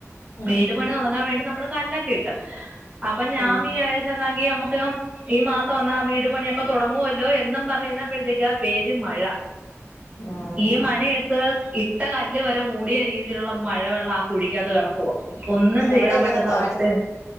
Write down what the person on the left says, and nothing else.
ഉം
ഉം
ആഹ്
ആഹ്
അവിടെ എങ്ങനെ
താഴ്